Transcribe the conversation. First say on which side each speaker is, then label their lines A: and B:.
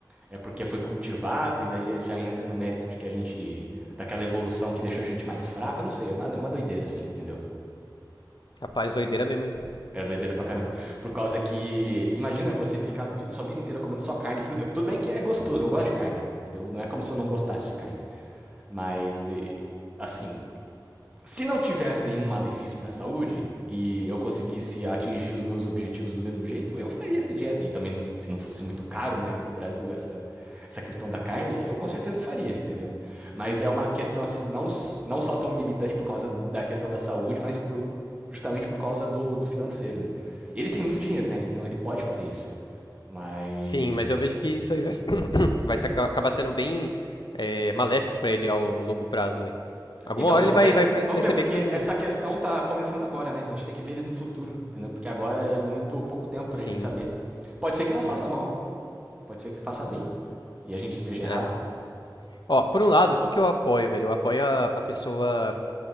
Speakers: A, on the right; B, on the left.
A: é porque foi cultivado e daí já entra no mérito de que a gente daquela evolução que deixou a gente mais fraco, eu não sei, é uma, é uma doideira assim, entendeu?
B: Rapaz, doideira mesmo, hein?
A: É doideira pra caramba. Por causa que, imagina você ficar a sua vida inteira comendo só carne e fruta. Tudo bem que é gostoso, eu gosto de carne, entendeu? Não é como se eu não gostasse de carne. Mas, assim, se não tivesse nenhum malefício para a saúde e eu conseguisse atingir os meus objetivos do mesmo jeito, eu faria essa dieta. E também, se não fosse muito caro, né, aqui no Brasil, essa, essa questão da carne, eu com certeza faria, entendeu? Mas é uma questão, assim, não, não só tão limitante por causa da questão da saúde, mas por, justamente por causa do, do financeiro, né? Ele tem muito dinheiro, né? Então ele pode fazer isso. Mas.
B: Sim, mas eu vejo que isso aí vai, <coughs> <clears throat> vai se- aca- acabar sendo bem é, maléfico pra ele ao longo prazo aí. Alguma
A: Então,
B: hora
A: vamos
B: ele vai,
A: ver,
B: vai
A: né?
B: per-
A: Vamos
B: perceber
A: ver, porque
B: que não.
A: essa questão tá começando agora, né? A gente tem que ver eles no futuro, entendeu? Porque agora é muito pouco tempo
B: Sim,
A: pra gente saber. Pode ser que não
B: sim.
A: faça mal, pode ser que faça bem e a gente esteja
B: é.
A: errado.
B: Ó, por um lado, o que que eu apoio, velho? Eu apoio a, a pessoa